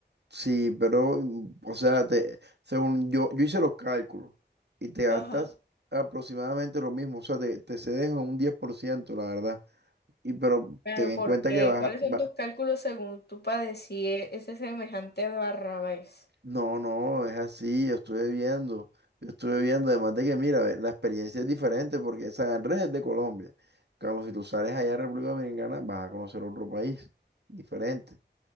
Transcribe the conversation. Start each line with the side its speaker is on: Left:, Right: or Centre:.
Right: Sí, pero, mm, o sea, te, según yo, yo hice los cálculos y te gastas
Left: Ajá.
Right: aproximadamente lo mismo, o sea, te, te cedes en un 10%, la verdad. Y pero
Left: Pero
Right: ten en
Left: ¿por
Right: cuenta
Left: qué?
Right: que vas,
Left: ¿Cuáles
Right: a-
Left: son
Right: va-
Left: tus cálculos según tú padecí decir ese semejante Barrabás?
Right: no, no, es así, yo estuve viendo, yo estuve viendo, además de que, mira, ve, la experiencia es diferente porque San Andrés es de Colombia. Como si tú sales allá a República Dominicana, vas a conocer otro país diferente